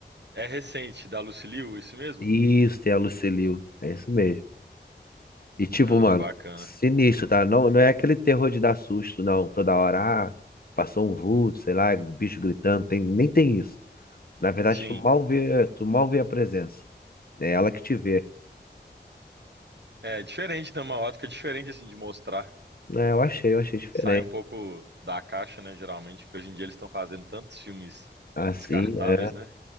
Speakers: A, on the right (about 70°); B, on the left (about 55°).
A: é recente, da Lucy Liu, isso mesmo?
B: Isso, tem a Lucille Liu. É isso mesmo. E tipo,
A: Não,
B: mano,
A: bacana.
B: sinistro, tá? Não, não é aquele terror de dar susto, não. Toda hora, ah, passou um vulto, sei lá, bicho gritando, tem, nem tem isso. Na verdade,
A: Sim.
B: tu mal vê, tu mal vê a presença. É ela que te vê.
A: É diferente, né? Uma ótica diferente, assim, de mostrar.
B: É, eu achei, eu achei diferente.
A: Sai um pouco da caixa, né? Geralmente, que hoje em dia eles estão fazendo tantos filmes
B: Assim,
A: descartáveis,
B: é.
A: né?